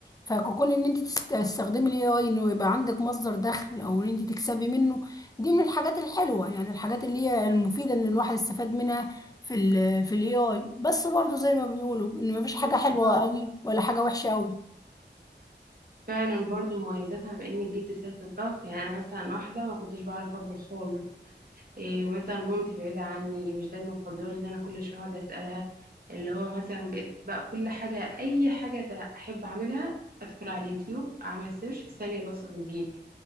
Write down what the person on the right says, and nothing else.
أيوة
فعلا
فعلا برضو مميزاتها بإنك جبت سيرة الطبخ يعني أنا مثلا واحدة ما كنتش بعرف أطبخ خالص إيه مثلا مامتي بعيدة عني مش دايما فاضية إن أنا كل شوية أقعد أسألها اللي هو مثلا بقيت بقى كل حاجة أي حاجة أحب أعملها أدخل على اليوتيوب أعمل سيرش في ثانية الوصفة بتجيلي